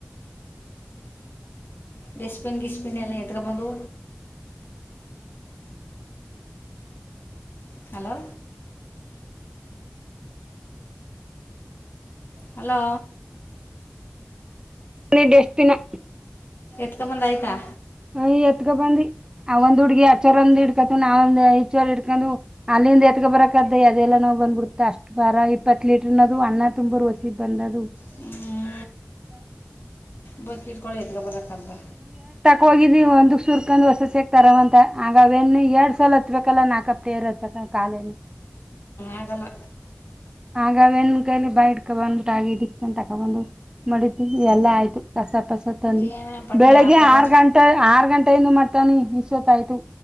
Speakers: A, on the left; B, on the right.
A: ಡಸ್ಪಿನ್ ಕಿಸಪನ್ ಎಲ್ಲಿತಕ ಬಂದು ಹಲೋ ಹಲೋ
B: ನೆ ಡಸ್ಟ್ಬಿನ <inaudible>
A: ಎತ್ಕ ಬಂದ ಆಯ್ತಾ
B: ಯ್ ಎತ್ಕ ಬಂದಿ ಅವ ಒಂದ್ ಹುಡ್ಗಿ ಆಚ್ಚರ ಒಂದ್ ಇಡ್ಕತ ನಾವಂದ್ ಈಚೋರ್ ಹಿಡ್ಕೊಂಡು ಅಲ್ಲಿಂದ ಎತ್ಕ ಬರಕದ್ದ ಅದೆಲ್ಲ ನಾವವು ಬಂದ್ಬಿಡ್ತ ಅಷ್ಟ ಬರ ಇಪ್ಪತ್ತು ಲೀಟರ್ನದು ಅನ್ನ ತುಂಬಾ ರ ವಸಿದ ಬಂದ ಅದು
A: ಹ್ಮ ಬೈಕೆಟ್ ಕೊಳ ಎದಕಬೇಕ ದಕಾರ
B: ಹೋಗಿದ್ರಿ ಒಂದಕ್ ಸೂರ್ಕಂಡ್ ಹೊಸಕ್ ತರವಂತ ಆಗ ಅವನ್ ಎರಡ್ ಸಲ್ ಹತ್ಬೇಕಲ್ಲ ನಾಲ್ಕಪ್ಪೇರ್ ಹತ್ತಕ್ಕ ಕಾಲ
A: ಆಗಲ್ಲ
B: ಆಗನ್ ಕೈಲಿ ಬೈಡ್ಕ ಬಂದ್ಬಿಟ್ಟಷ್ಟಂತ ತಗೊಂಡು ಮಡಿದವಿ ಎಲ್ಲಾ ಆಯ್ತು ಕಸ ಕಸ ತಂದೀಬೆಳಿಗ್ಗೆ
A: ಏನೇ ಪಟಿ ಆ ಥರ
B: ಆರ್ ಗಂಟೆ ಆರ್ ಗಂಟೆಯಿಂದ ಮಾಡ್ತಾನ ಇಶವತ್ ಆಯ್ತು